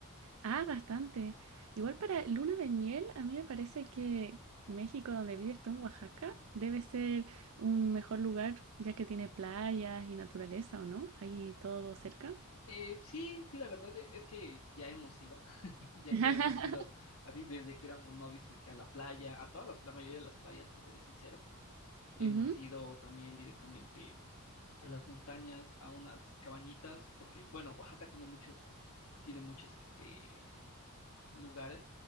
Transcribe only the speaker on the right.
Ah, bastante. Igual para luna de miel, a mí me parece que México, donde vives tú en Oaxaca, debe ser un mejor lugar, ya que tiene playas y naturaleza, ¿o no? Ahí todo cerca.
<laughs>
Ujú.